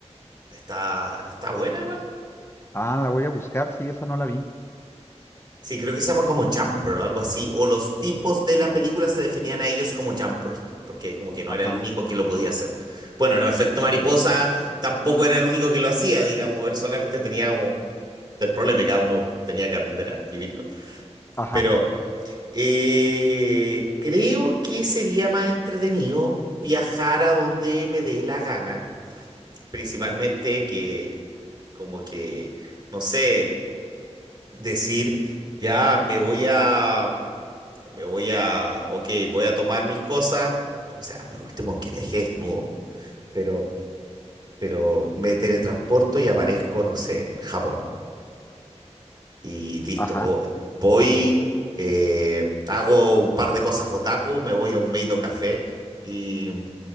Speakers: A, on the right; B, on the left.
A: Está, está buena igual.
B: Ah, la voy a buscar. Sí, esa no la vi.
A: Sí, creo que se llama como Jumper o algo así. O los tipos de la película se definían a ellos como Jumpers, porque como que no
B: Ajá.
A: era el único que lo podía hacer. Bueno, no, efecto mariposa tampoco era el único que lo hacía, digamos. Él solamente tenía como el problema que cada uno tenía que aprender a vivirlo.
B: Ajá.
A: Pero eh, creo que sería más entretenido viajar a donde me dé la gana, principalmente que como que, no sé, decir, ya me voy a, me voy a, ok, voy a tomar mis cosas, o sea, por último que viaje desnudo, bo. pero, pero me teletransporto y aparezco, no sé, en Japón. Y listo,
B: Ajá.
A: vo- voy, eh, hago un par de cosas otaku, me voy a un Meido Café y,